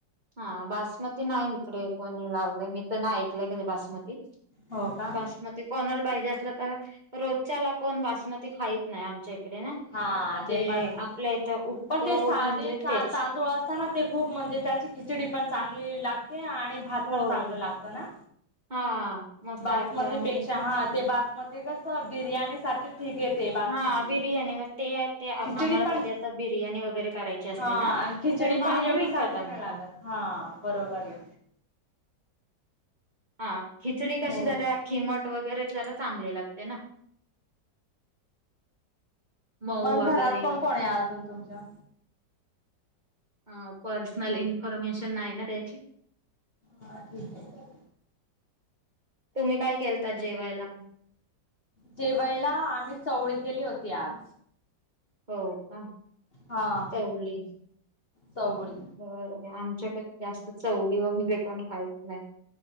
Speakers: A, on the right; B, on the left.
A: हा बासमती नाही इकडे. कोणी लावलंय मी तर ना ऐकलय कधी बासमती
B: हो का
A: बासमती ते कोणाला पाहिजे असलं तर रोजच्याला कोण बासमती खाईत नाही आमच्या इकडे ना
B: हा ते
A: जे
B: पण
A: आपल्या इथं उगतो
B: पण ते साधे
A: म्हणजे
B: तांदूळ
A: तेच
B: अस असताना ते खूप म्हणजे त्याची खिचडी पण चांगली लागते आणि भात
A: हो
B: पण चांगलं लागत ना,
A: हा मस्त
B: बासमतीपेक्षा
A: लागत आणि
B: हा ते बासमती हो बिर्याणी साठी ठीक आहे ते बासमती.
A: हा बिर्याणी मग ते ते आम्हाला
B: खिचडी पण
A: कधी आता बिर्याणी वगैरे करायची असली
B: हा
A: ना!
B: आणि खिचडी
A: तर मग
B: पण
A: आम्ही
B: एवढी
A: विकत
B: चांगली
A: आणतो
B: नाही लागत. हा बरोबर आहे.
A: हा खिचडी कशी
B: हो
A: जरा खिमट वगैरे जरा चांगली लागते ना मऊ
B: पण
A: वगैरे
B: घरात कोण कोण आहे अजून तुमच्या?
A: अ पर्सनल इन्फॉर्मेशन नाही ना द्यायची.
B: हा ठीक आहे.
A: तुम्ही काय केलता जेवायला?
B: जेवातला आम्ही चवळी केली होती आज.
A: हो. का
B: हा
A: चवली
B: चवळी.
A: बर आहे आमच्याकडे जास्त चवली वगैरे पण खाहीत नाहीत.